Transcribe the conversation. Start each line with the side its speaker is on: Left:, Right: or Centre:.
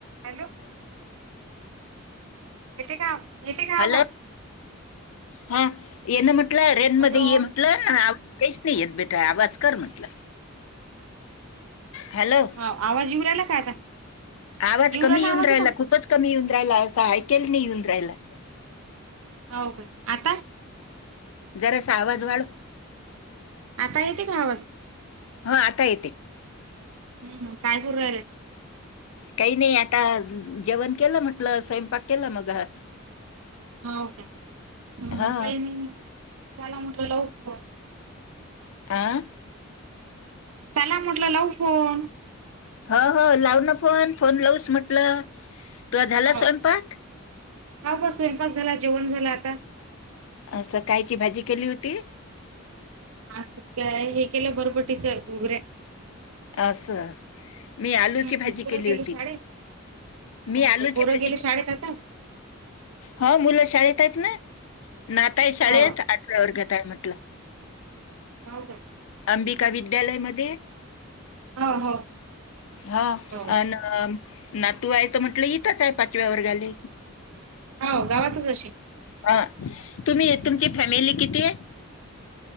Right: Hello येते का, येते का
Left: हॅलो
Right: आवाज?
Left: हा येना म्हटलं रेन
Right: हॅलो
Left: मध्ये ये म्हटलं ना काहीच नाही येत बेटा आवाज कर म्हटलं. हॅलो
Right: हा आवाज येऊ राहिला काय आता?
Left: आवाज
Right: येऊ
Left: कमी येऊन
Right: आवाज
Left: राहिला
Right: आता
Left: खूपच कमी येऊन राहिला असं ऐकल नाही येऊन राहिला.
Right: हो काय आता
Left: जरा सावज वाळ
Right: आता येते का आवाज?
Left: हा आता येते?
Right: हम्म काय करु राहिल्या.
Left: काही नाही आता जेवण केलं, म्हटलं स्वयंपाक केला मग आज
Right: होका हम
Left: हा
Right: के नाही चला म्हटल लाऊ कॉल.
Left: आह
Right: चला म्हटलं लाऊ फोन
Left: हो हो लाव ना फोन, फोन लावस म्हटलं. तू झाला
Right: हो
Left: स्वयंपाक?
Right: हा ग स्वयंपाक झाला. जेवण झाला आताच.
Left: अस कायची भाजी केली होती?
Right: आज काय हे केलं बरंबरीटच घुगऱ्या.
Left: अस, मी आलूची
Right: हम्म
Left: भाजी
Right: पोरं
Left: केली
Right: गेले
Left: होती.
Right: शाळेत
Left: मी
Right: हो
Left: आलूची
Right: का पोरं
Left: भाजी,
Right: गेले शाळेत आता
Left: ह मुलं शाळेत ना नाताय शाळेत
Right: हो
Left: आठव्या वर्गात येत म्हटलं.
Right: हो का?
Left: अंबिका विद्यालयमध्ये
Right: हो हो
Left: हा
Right: हो
Left: आणि ना तू आहे तर म्हटलं इथंच आहे पाचव्या वर्गाले
Right: हो, गावातच अशी
Left: अ तुम्ही तुमची फॅमिली किती आहे?